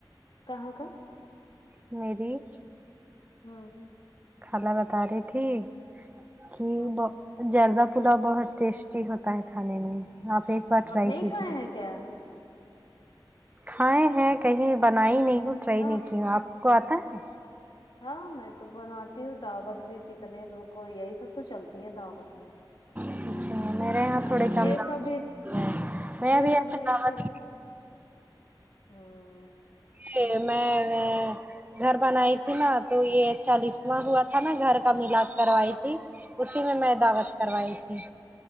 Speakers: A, on the left; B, on the right.
A: کہاں کا
B: میری
A: ہاں
B: خالہ بتا رہی تھی کہ
A: ہوں
B: زردہ پلاؤ بہت ٹیسٹی ہوتا ہے کھانے میں آپ ایک بار ٹرائی
A: آپ نہیں
B: کیجیے
A: کھائے ہیں کیا
B: کھائے ہیں کہیں بنائی نہیں ہوں ٹرائی
A: ہاں
B: نہیں کی ہوں آپ کو آ تا ہے
A: ہاں میں تو بناتی ہوں دعوت بھی کتنے لوگ کو یہ ہی سب تو چلتی ہے دعوت میں
B: اچھا میرے یہاں تھوڑے کم
A: یہ
B: دعوت
A: سبھی
B: ہے میں
A: یہ
B: بھی
A: سب
B: ایسے
A: نہیں
B: دعوت
A: چل ہاں
B: <unintelligible> میں گھر بنائی تھی نا تو یہ چالیسواں ہوا تھا نا گھر کا علاج کروائی تھی اسی میں میں دعوت کروائی تھی